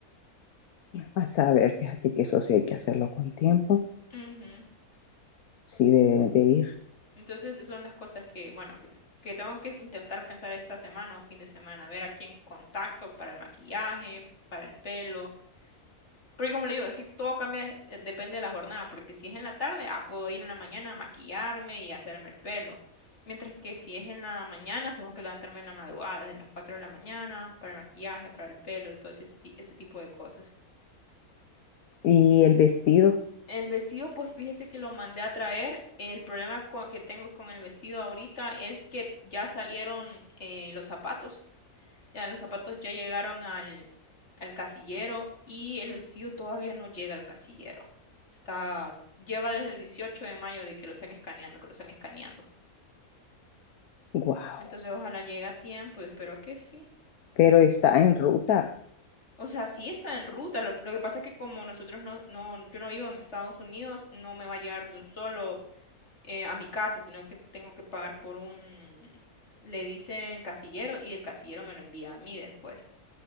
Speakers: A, on the left; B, on the left.
A: A saber, fíjate que eso sí hay que hacerlo con tiempo.
B: Ujú.
A: Sí, deben de ir.
B: Entonces, esas son las cosas que, bueno, que, que tengo que intentar pensar esta semana o fin de semana, ver a quién contacto para el maquillaje, para el pelo. Porque como le digo, es que todo cambia, de- eh, depende de la jornada, porque si es en la tarde, ah, puedo ir en la mañana a maquillarme y hacerme el pelo. Mientras que si es en la mañana, tengo que levantarme en la madrugada, desde las 4 de la mañana, para el maquillaje, para el pelo y todo ese, esti- ese tipo de cosas.
A: Y el vestido,
B: El vestido, pues fíjese que lo mandé a traer. El problema co- que tengo con el vestido ahorita es que ya salieron eh, los zapatos. Ya los zapatos ya llegaron al, al casillero y el vestido todavía no llega al casillero. Está, lleva desde el 18 de mayo de que lo están escaneando, que lo están escaneando.
A: wow,
B: Entonces ojalá llegue a tiempo y espero que sí.
A: pero está en ruta,
B: O sea, sí está en ruta. Lo, lo que pasa es que como nosotros no, no, yo no vivo en Estados Unidos, no me va a llegar de un solo eh, a mi casa, sino que tengo que pagar por un, le dicen casillero y el casillero me lo envía a mí después.